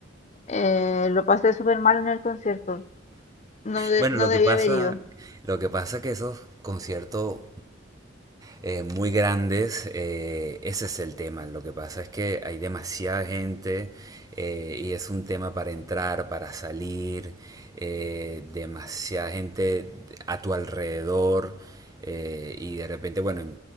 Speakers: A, on the left; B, on the right.
A: Eh, lo pasé súper mal en el concierto. No, de-
B: Bueno,
A: no
B: lo
A: debía
B: que pasa,
A: haber ido.
B: lo que pasa es que esos conciertos eh, muy grandes, eh, ese es el tema. Lo que pasa es que hay demasiada gente eh, y es un tema para entrar, para salir, eh, demasiada gente a tu alrededor eh, y de repente, bueno,